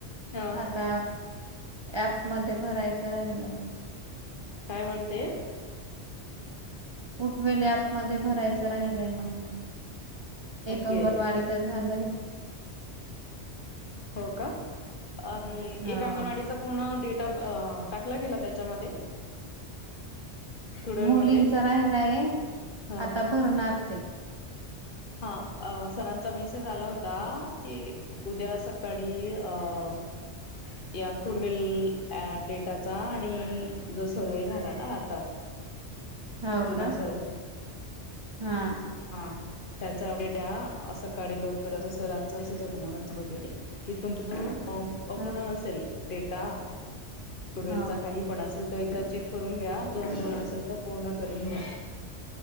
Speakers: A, on the left (about 50°); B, on the right (about 35°).
A: हा
B: आता ऍप मध्ये भरायचं राहिलंय.
A: काय म्हणते?
B: उडवेल आपमध्ये भरायचं राहिलंय मशीन, एक
A: ओके
B: अंगणवाडी. तर झालय.
A: हो का, आणि
B: हो
A: एक अंगणवाडीचा पूर्ण डेट ऑफ आ टाकला गेला त्याच्यामध्ये. ट्युडलमध्ये?
B: मुलींच राहिलाय,
A: हा
B: आता भरणार ते.
A: हा सरांचा मेसेज आला होता की उद्या सकाळी अं या कुडवेल डेटाचा, आणि जो सर्वेहे झाला ना आता.
B: हो
A: जुना
B: का,
A: सर्वे
B: हा.
A: हा त्याचा डेटा, आज सकाळी लवकर सरांच असच होत म्हणून सगत होती. कि तुमच अपूर्ण
B: ह
A: असेल डेटा. पुुडवेलचा
B: हो
A: काही पण असेल तर, एकदा चेक करून घ्या
B: हो
A: जो पण असेल तो पूर्ण करून घ्या.